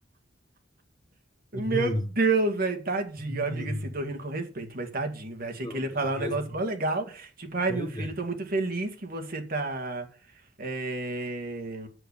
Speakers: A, on the right (about 50°); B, on the left (about 20°).
A: Meu
B: <laughs> Juro,
A: Deus, velho, tadinho.
B: juro.
A: Amiga, assim, tô rindo com respeito, mas tadinho, velho. Achei
B: Não,
A: que ele ia
B: tá,
A: falar um
B: mas...
A: negócio mó legal. Tipo, ai,
B: Pois
A: meu filho,
B: é.
A: tô muito feliz que você tá eh,